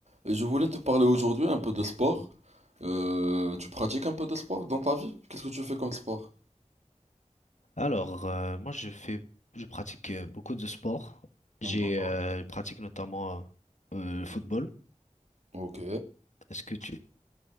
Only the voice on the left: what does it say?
Alors, euh, moi, je fais, je pratique euh, beaucoup de sports. J'ai,
euh, je pratique notamment euh, euh, le football.
Est-ce que tu...